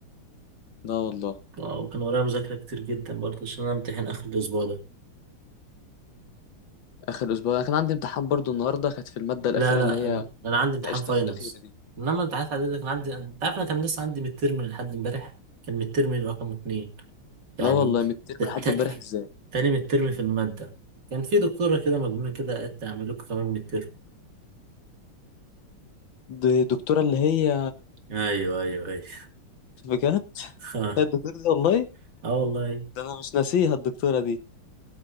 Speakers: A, on the left; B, on the right.
A: لا والله
B: آه، وكان ورايا مذاكره كتير جدا برضه عشان انا امتحن اخر الاسبوع ده
A: اخر اسبوع انا كان عندي امتحان برضو النهارده كانت في الماده الاخيره
B: لا لا
A: اللي هي
B: انا, أنا عندي امتحان
A: ناقشتها
B: فاينلز
A: الاخيره دي
B: انما الامتحانات العاديه ده كان عندي انت عارف انا كان لسه عندي ميد ترم لحد امبارح كان ميد ترم رقم اتنين يعني
A: لا والله من الترم
B: ت... ت...
A: لحد امبارح ازاي
B: تاني ميد ترم في الماده كان في دكتوره كده مجنونه كده قالت اعمل لكم كمان ميد
A: دي الدكتوره اللي هي
B: ايوه ايوه ايوه
A: بجد <laughs>
B: <laughs>
A: هي الدكتوره دي والله
B: اه والله
A: ده انا مش ناسيها الدكتوره دي